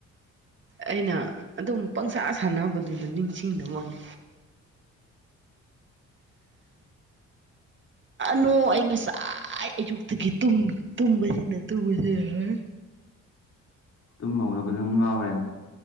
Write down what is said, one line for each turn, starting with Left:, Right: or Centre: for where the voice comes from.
Right: ꯑꯩꯅ ꯑꯗꯨꯝ ꯄꯪꯁꯥ ꯁꯥꯟꯅꯕꯗꯨꯗ ꯅꯤꯡꯁꯤꯡꯅꯕꯅꯕꯅꯤ ꯅꯣ ꯑꯩ ꯉꯁꯥꯏ ꯑꯌꯨꯛꯇꯒꯤ ꯇꯨꯝꯕꯁꯤꯅ ꯇꯨꯝꯕꯕꯁꯤꯣꯏ
Left: ꯇꯨꯝ ꯍꯧꯂ ꯐꯖꯅ ꯉꯥꯎꯔꯦ